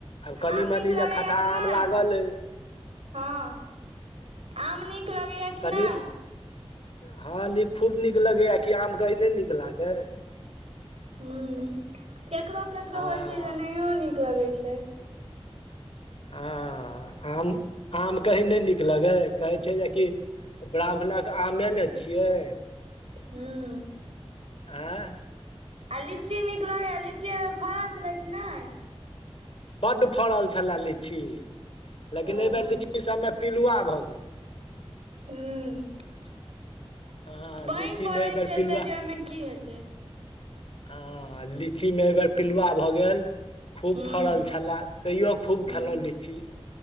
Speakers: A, on the left; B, on the right.
A: आब कनि
B: आम
A: मनी
B: नीक लगैया
A: जे खटठा
B: कि नहि
A: आम लागल अय
B: हँ आम नीक लगैया कि
A: कनी
B: नहि
A: हँ नीक खूब नीक लगैया कि आमके नहि नीक लागै
B: हूंम्म केकरो केकरो
A: हँ
B: होइत छै जे नहियो नीक लगैत छै
A: हँ आम आम कही नहि निक लगै कहै छै जेकि ब्राह्मणक आमे ने छियै
B: हूंम्म
A: आंय
B: आ लीची नीक लगै लीचीमे फड़ल छलै कि नहि
A: बड्ड फड़ल छलए लीची लेकिन
B: ओ
A: एहि बेर लीची सभमे पिलुआ भऽ गेल
B: हंम्म
A: हँ
B: पानि
A: लीचीमे
B: पड़ै
A: एहि बेर
B: छै एते
A: पिलुआ
B: जे ओहिमे की हेतै
A: हँ लीचीमे अगर पिलुआ भऽ गेल खूब
B: हूँ
A: फड़ल छलय तैयो खूब
B: हूँ
A: खेलहुँ लीची